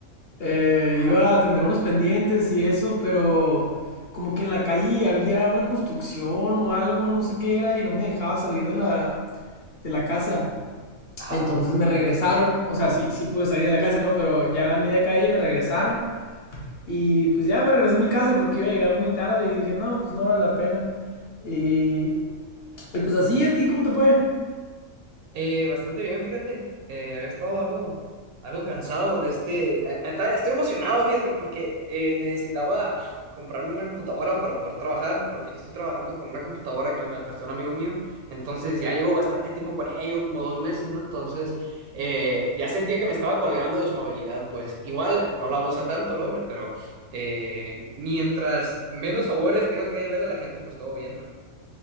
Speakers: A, on the left; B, on the right.
A: Eh,
B: Ajá,
A: iba a atender unos pendientes y eso, pero como que en la calle había una construcción o algo, no sé qué era, y no me dejaba salir de la, de la casa.
B: ajá.
A: Entonces me regresaron, o sea, sí, sí pude salir de la casa, ¿no? Pero ya a media calle me regresaron Y pues ya me regresé a mi casa porque iba a llegar muy tarde y dije, no, pues no vale la pena. Y, y pues así, ¿a ti cómo te fue?
B: Eh, bastante bien, fíjate. Eh, había estado algo, algo cansado de este. a- a- Estoy emocionado, fíjate, porque eh, necesitaba comprarme una computadora para poder trabajar, porque yo estoy trabajando con una computadora que me prestó un amigo mío. Entonces ya llevo bastante tiempo con ella, llevo como dos meses, ¿no? Entonces eh, ya sentía que me estaba colgando de su amabilidad, pues igual no la usa tanto el hombre, pero eh, mientras menos favores tenga que deberle a la gente, pues todo bien, ¿no?